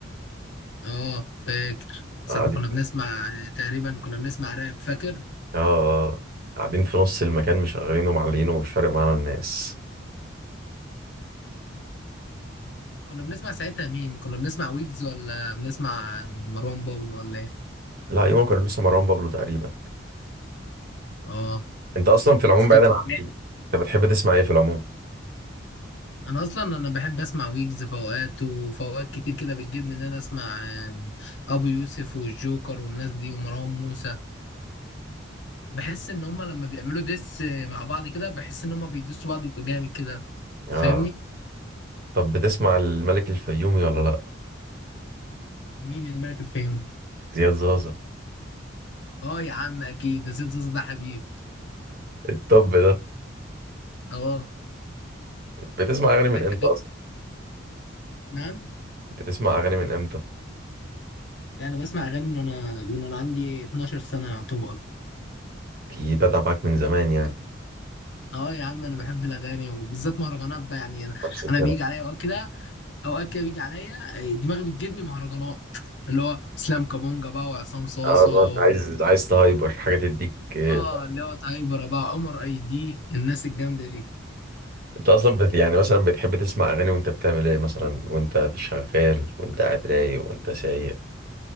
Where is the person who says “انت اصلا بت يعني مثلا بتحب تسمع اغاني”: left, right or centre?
Right